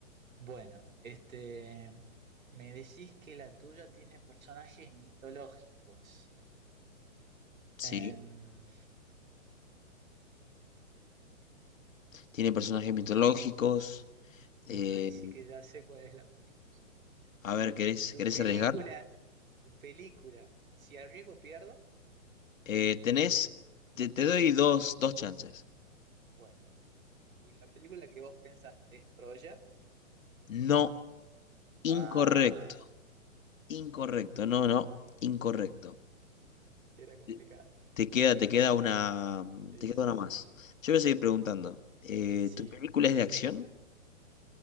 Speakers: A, on the right; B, on the left.
A: Bueno, este, me decís que la tuya tiene personajes mitológicos.
B: Sí.
A: Em,
B: ¿Tiene personajes mitológicos? Eh,
A: me parece que ya sé cuál es la película.
B: a ver, ¿querés,
A: Tu
B: querés
A: película,
B: arriesgar?
A: tu película, si arriesgo pierdo,
B: Eh, tenés, te, te doy dos, dos chances.
A: bueno, tu- la película que vos pensaste es Troya.
B: No, incorrecto,
A: Ah,
B: incorrecto, no, no, incorrecto.
A: Igual Era complicado.
B: Te te queda, te queda una, mm,
A: Sí,
B: te queda
A: sí,
B: una
A: sí.
B: más.
A: Sí,
B: Yo voy a seguir preguntando. eh,
A: sí,
B: ¿tu película es de acción?